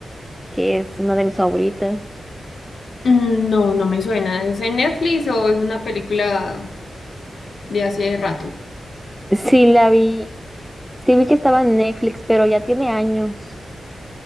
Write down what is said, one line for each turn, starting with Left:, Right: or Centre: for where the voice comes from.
Centre: que es una de mis favoritas.
Left: Mm, No, no me suena. ¿Es en Netflix o es una película de hace rato?
Centre: Sí, la vi, sí vi que estaba en Netflix, pero ya tiene años,